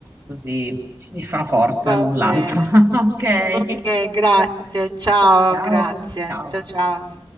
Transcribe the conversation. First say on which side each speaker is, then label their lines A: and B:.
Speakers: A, on the right; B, on the right.
A: così ci si fa forza
B: Va
A: l'un l'altra.
B: bene.
A: <laughs> Ok,
B: Ok, grazie. Ciao,
A: ciao,
B: grazie.
A: ciao.
B: Ciao, ciao.